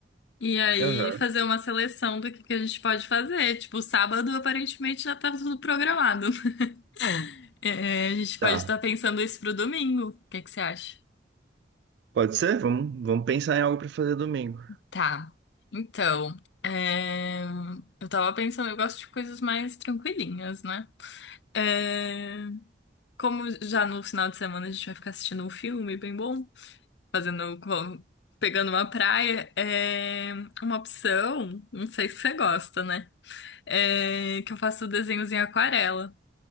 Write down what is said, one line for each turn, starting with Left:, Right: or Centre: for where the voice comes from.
Left: E aí
Right: Aham.
Left: fazer uma seleção do que, que a gente pode fazer. Tipo, sábado aparentemente já tá tudo programado. <laughs> É, a gente pode
Right: Tá.
Left: estar pensando isso pro domingo. O que que você acha?
Right: Pode ser? Vamos, vamos pensar em algo pra fazer domingo.
Left: Tá. Então, é, eu tava pensando, eu gosto de coisas mais tranquilinhas, né? É, Como já no final de semana a gente vai ficar assistindo um filme bem bom. fazendo, co- pegando uma praia, é uma opção, não sei se você gosta, né? É que eu faço desenhos em aquarela.